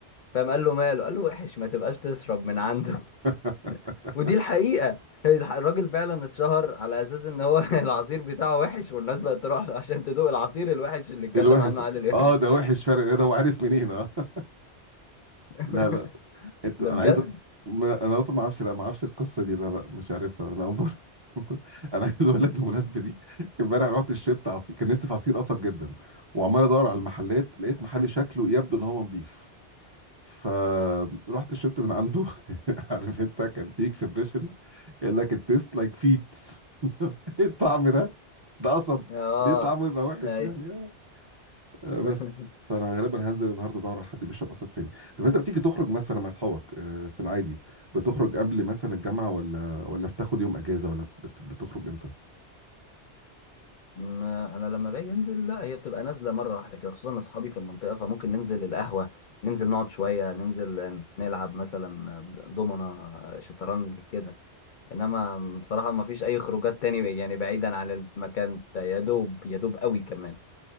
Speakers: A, on the left; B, on the right.
A: فقام قال له ماله قال له وحش ما تبقاش تشرب من عنده <laughs>
B: <laughs>
A: ودي الحقيقه الح- الراجل فعلا اتشهر على اساس ان هو <laughs> العصير بتاعه وحش والناس بقت تروح له عشان تدوق العصير الوحش اللي اتكلم
B: الوحش
A: عنه عادل امام
B: اه ده وحش فرق إيه ده وعارف منين اه <laughs>
A: <laughs>
B: لا لا انت انا
A: ده بجد
B: عايز ما- انا اصلا ما اعرفش لا ما اعرفش القصه دي لا لا مش عارفها انا اول مره <laughs> انا عايز اقول لك بالمناسبه دي امبارح رحت شربت عصير كان نفسي في عصير قصب جدا وعمال ادور على المحلات لقيت محل شكله يبدو ان هو نظيف فرحت شربت من عنده <laughs> عارف انت كان في اكسبريشن قال لك التيست لايك فيت <laughs> الطعم ده ده قصب
A: اه
B: ليه طعمه يبقى وحش
A: ايوه
B: يعني آه، بس
A: <laughs>
B: فانا غالبا هنزل النهارده ادور على حد بيشرب قصب تاني طب انت بتيجي تخرج مثلا مع اصحابك آه، في العادي بتخرج قبل مثلا الجامعه ولا ولا بتاخد يوم اجازه ولا بت- بتخرج امتى
A: ما انا لما باجي انزل لا هي بتبقى نازله مره واحده كده خصوصا ان اصحابي في المنطقه فممكن ننزل القهوه ننزل نقعد شويه ننزل نلعب مثلا دومنا شطرنج كده انما بصراحه ما فيش اي خروجات تاني يعني بعيدا عن المكان ده يا دوب يا دوب قوي كمان